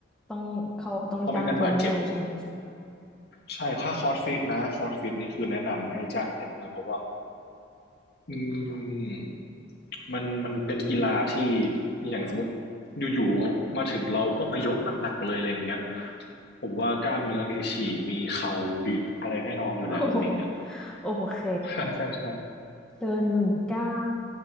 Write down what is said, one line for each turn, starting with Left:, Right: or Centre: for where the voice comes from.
Centre: ต้องเขาต้องจ้างเทรนเนอร์ใช่ไหม
Left: เพราะไม่งั้นบาดเจ็บใช่ค่าคอร์สฟิตนะคอร์สฟิตนี่คือแนะนำให้จ้างเทรนเนอร์เพราะว่า อืมมันมันเป็นกีฬาที่อย่างสมมติอยู่ๆมาถึงเราก็มายกหนักๆเลยอะไรอย่างเงี้ยผมว่ากล้ามเนื้อมีฉีกมีเข่าบิดอะไรแน่นอนอยู่แล้วอะไรอย่างเงี้ย
Centre: โอ้โห
Left: <laughs>
Centre: <laughs> โอเค
Left: ใช่ใช่ใช่
Centre: เดินหมื่นเก้า